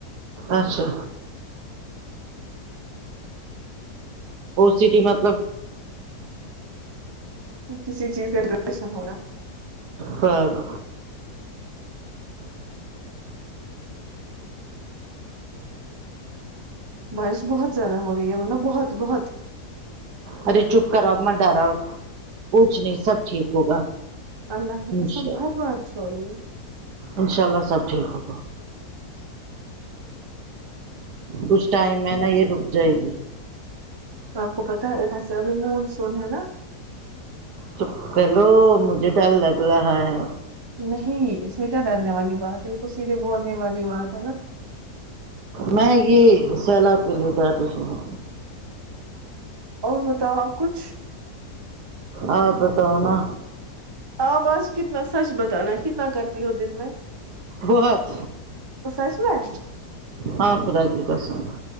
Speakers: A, on the right; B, on the right.
A: اچھا اولڈ سٹی مطلب
B: کسی چیز کاٹینشن ہونا
A: پاگل
B: بارش بہت زیادہ ہو رہی ہے ملب بہت بہت
A: ارے چپ کراؤ مر ڈراؤ کچھ نہیں سب ٹھیک ہوگا
B: اللہ کی
A: انشاء
B: قسم بہت
A: اللہ
B: بارش ہو رہی ہے
A: انشاء اللہ سب ٹھیک ہوگا کچھ ٹائم ہے نا یہ رک جائے گی
B: تو آ پ کو پتہ ہے اوپر سے ابھی مانسون ہے نا
A: چپ کلو مجھے ڈر لگ رہا ہے
B: نہیں اس میں کیا ڈرنے والی بات ہے یہ تو سیدھے بولنے والی بات ہے نا
A: میں یہ سیلاب کے لیے ڈر رہی ہوں
B: اور بتاؤ آپ کچھ
A: آ پ بتاؤ نا
B: آپ آج کتنا سچ بتانا کتنا کرتی ہو دن میں
A: ہہت
B: سچ میں
A: ہاں خدا کی قسم